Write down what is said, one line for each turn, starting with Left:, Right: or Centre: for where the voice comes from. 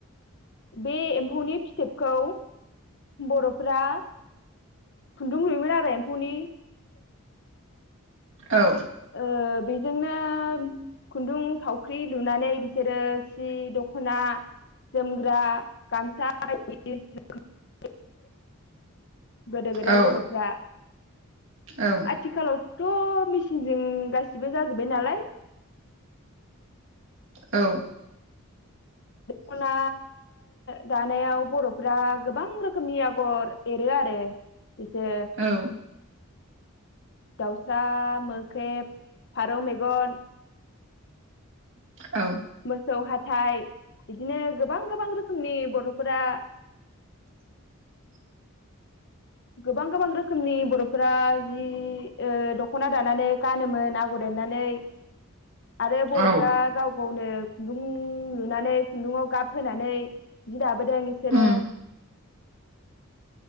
Left: बे एम्फौनि फिथोबखौ बर'फ्रा खुन्दुं लुयोमोन आरो एम्फौनि
Right: औ
Left: ओ बेजोंनो खुन्दुं थावख्रि लुनानै बिसोरो सि दख'ना जोमग्रा गामसा <unintelligible>
Right: <inaudible>
Left: गोदो गोदाय
Right: औ
Left: बर'फ्रा
Right: औ
Left: आथिखालावथ' मि- -सिनजों गासिबो जाजोबबाय नालाय
Right: औ <inaudible>
Left: दखना दानायाव बर'फ्रा गोबां रोखोमनि आगर एरो आरो एसे
Right: औ
Left: दाउस्रा मोख्रेब फारौ मेगन
Right: औ
Left: मोसौ हाथाइ बिदिनो गोबां गोबां रोखोमनि बर'फोरा
Right: उ
Left: गोबां गोबां रोखोमनि बर'फोरा जि ओ दख'ना दानानै गान- होनो आगर एरनानै
Right: <inaudible>
Left: आरो बर'फ्रा
Right: औ
Left: गाव गावनो खुन्दुं लुनानै खुन्दुङाव गाब होनानै जि दाबोदों इसोरो
Right: उम